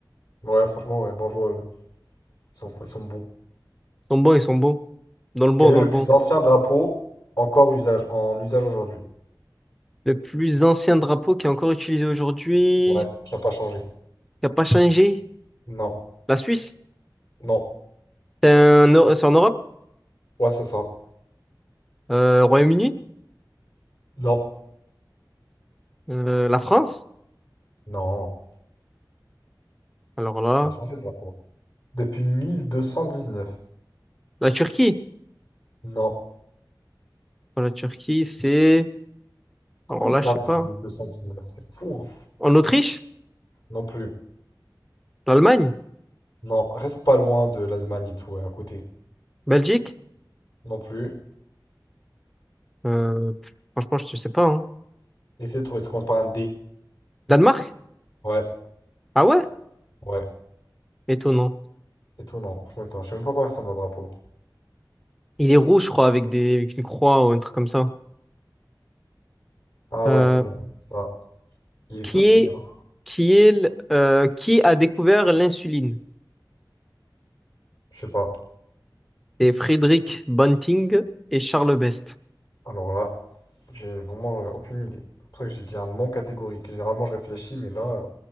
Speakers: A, on the left; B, in the centre.
A: Ouais, franchement, ouais, bravo à eux. Ils sont, ils sont bons.
B: Ils sont bons, ils sont bons. Dans le bon,
A: Quel est
B: dans
A: le
B: le
A: plus
B: bon.
A: ancien drapeau encore usage, en usage aujourd'hui?
B: Le plus ancien drapeau qui est encore utilisé aujourd'hui,
A: Ouais, qui n'a pas changé.
B: qui n'a pas changé.
A: Non,
B: La Suisse.
A: non.
B: C'est un- c'est en Europe.
A: Ouais, c'est ça.
B: Euh, Royaume-Uni.
A: Non.
B: Euh, la France.
A: Non.
B: Alors là,
A: Ça a changé le drapeau. Depuis 1219.
B: la Turquie.
A: Non.
B: Pour la Turquie, c'est
A: Comment
B: Alors
A: ils
B: là,
A: savent
B: je sais pas.
A: depuis 1219? C'est fou, hein.
B: En Autriche?
A: Non plus.
B: L'Allemagne?
A: Non, reste pas loin de l'Allemagne et tout, ouais, à côté.
B: Belgique?
A: Non plus.
B: Euh, pff, franchement, je sais pas. hein.
A: Essaie de trouver, ça commence par un D.
B: Danemark?
A: Ouais,
B: Ah ouais?
A: ouais.
B: Étonnant.
A: Et toi, non, franchement, et toi, je sais même pas à quoi ressemble un drapeau.
B: Il est rouge, je crois, avec des, avec une croix ou un truc comme ça.
A: Ah
B: Euh,
A: ouais, c'est bon, c'est ça. Il est
B: qui
A: classique,
B: est,
A: hein.
B: qui est, l- euh, qui a découvert l'insuline?
A: Je sais pas.
B: C'est Friedrich Banting et Charles Best.
A: Alors là, j'ai vraiment euh, aucune idée. C'est pour ça que j'ai dit un non catégorique. Généralement, je réfléchis, mais là,